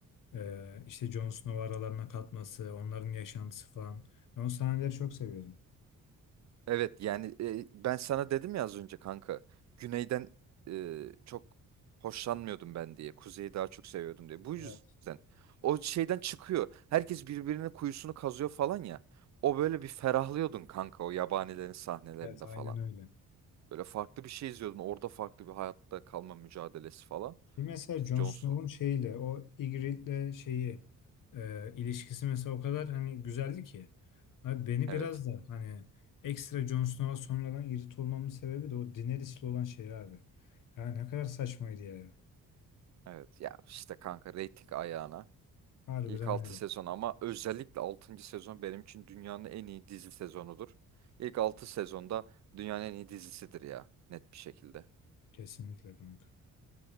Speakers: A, on the left; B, on the right.
A: e, işte Jon Snow'u aralarına katması, onların yaşantısı falan. Ben o sahneleri çok seviyordum.
B: Evet yani e, ben sana dedim ya az önce kanka. Güneyden e, çok hoşlanmıyordum ben diye. Kuzeyi daha çok seviyordum diye. Bu yüzden.
A: Evet,
B: O şeyden çıkıyor. Herkes birbirinin kuyusunu kazıyor falan ya. O böyle bir ferahlıyordun kanka o yabanilerin sahnelerinde
A: evet aynen
B: falan.
A: öyle.
B: Böyle farklı bir şey izliyordun. Orada farklı bir hayatta kalma mücadelesi falan.
A: Ki mesela
B: İşte
A: Jon
B: Johnson.
A: Snow'un şeyiyle o Ygritte'le şeyi e, ilişkisi mesela o kadar hani güzeldi ki. Abi beni
B: Evet.
A: biraz da hani ekstra Jon Snow'a sonradan irrit olmamın sebebi de o Daenerys'le olan şey abi. Ya ne kadar saçmaydı ya.
B: Evet ya işte kanka reyting ayağına.
A: Harbiden
B: İlk 6
A: öyle.
B: sezon ama özellikle altıncı sezon benim için dünyanın en iyi dizi sezonudur. İlk 6 sezonda dünyanın en iyi dizisidir ya net bir şekilde.
A: Kesinlikle kanka.